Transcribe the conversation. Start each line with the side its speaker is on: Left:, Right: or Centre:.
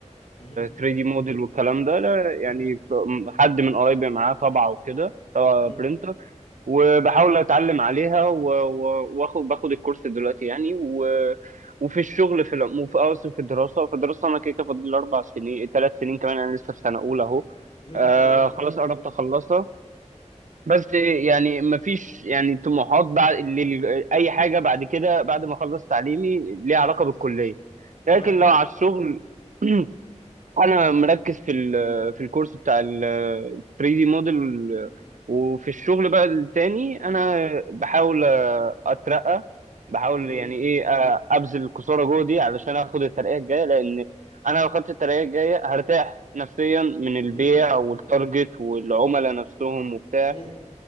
Left: مهم.
Right: 3D موديل والكلام ده لا،
Left: مم.
Right: يعني ف- حد من قرايبي معاه طابعه وكده طابعه
Left: مم.
Right: برينتر وبحاول اتعلم عليها و- و- واخد باخد الكورس دلوقتي يعني و وفي الشغل في العموم في قصدي في الدراسه في الدراسه انا كده كده فاضل لي اربع سنين ثلاث سنين كمان انا لسه في سنه اولى اهو
Left: مم.
Right: آه
Left: جميل
Right: خلاص قربت اخلصها بس يعني مفيش يعني طموحات بعد لل- اي حاجه بعد كده بعد ما اخلص تعليمي ليها علاقه بالكليه لكن
Left: تمام
Right: لو على الشغل <clears throat> انا مركز في ال- في الكورس بتاع ال 3 دي موديل وفي الشغل بقى التاني انا بحاول اترقى بحاول
Left: جميل
Right: يعني ايه أ- ابذل الكسوره جوه دي علشان اخد الترقيه الجايه لان انا لو خدت الترقيه الجايه هرتاح نفسيا من البيع
Left: مم.
Right: والتارجت والعملاء نفسهم وبتاع
Left: مم.